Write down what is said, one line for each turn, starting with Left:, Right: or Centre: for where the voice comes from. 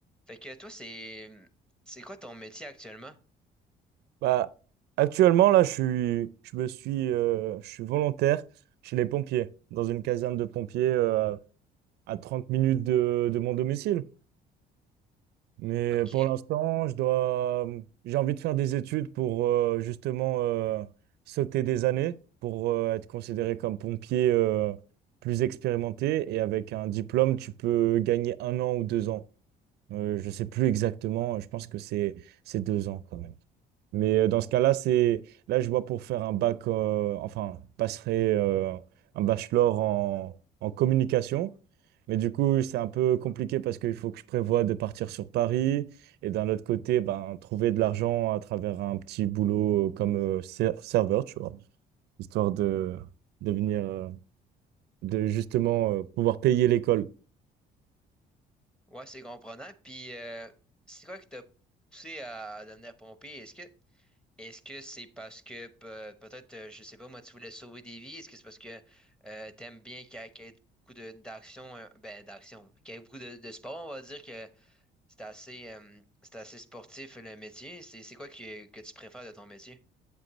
Centre: Fait que toi, c'est c'est quoi ton métier actuellement?
Right: Bah, actuellement, là, je suis, je me suis, euh, je suis volontaire chez les pompiers, dans une caserne de pompiers euh, à 30 minutes de, de mon domicile. Mais
Centre: OK.
Right: pour l'instant, je dois, j'ai envie de faire des études pour euh, justement euh, sauter des années, pour euh, être considéré comme pompier euh, plus expérimenté. Et avec un diplôme, tu peux gagner un an ou deux ans. Euh, je sais plus exactement, je pense que c'est c'est deux ans quand même. Mais euh, dans ce cas-là, c'est là je vois pour faire un bac, euh, enfin passerai euh, un bachelor en, en communication. Mais du coup, c'est un peu compliqué parce qu'il faut que je prévoie de partir sur Paris et d'un autre côté, ben, trouver de l'argent à travers un petit boulot euh, comme euh, ser- serveur, tu vois, histoire de devenir, de venir, euh, de justement euh, pouvoir payer l'école.
Centre: Ouais, c'est comprenant. Puis euh, c'est quoi qui t'a poussé à devenir pompier? Est-ce que est-ce que c'est parce que pe- peut-être, euh, je sais pas, moi, tu voulais sauver des vies? Est-ce que c'est parce que euh, t'aimes bien qu'il y ait qu'il y ait beaucoup de d'action, euh, ben d'action, qu'il y ait beaucoup de, de sport, on va dire que c'est assez euh, c'est assez sportif le métier. C'est c'est quoi que, que tu préfères de ton métier?